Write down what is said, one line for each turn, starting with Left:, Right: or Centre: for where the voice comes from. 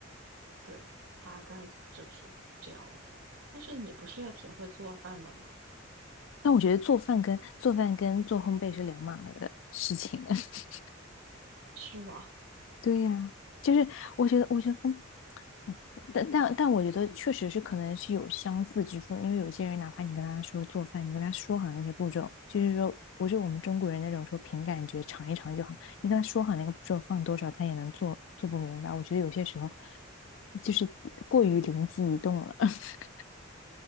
Right: 对，大概就是这样子。但是你不是也挺会做饭的吗？
Left: 那我觉得做饭跟做饭跟做烘焙是两码儿的事情。<laughs>
Right: 是吗？
Left: 对呀、就是我觉得，
Right: <laughs> 好，
Left: 我觉得烘但但但我觉得确实是可能是有相似之处的，因为有些人哪怕你跟他说做饭，你跟他说好那些步骤，就是说不是我们中国人那种说凭感觉尝一尝就好，你跟他说好那个步骤放多少，他也能做做不明白。我觉得有些时候就是过于灵机一动了。<laughs>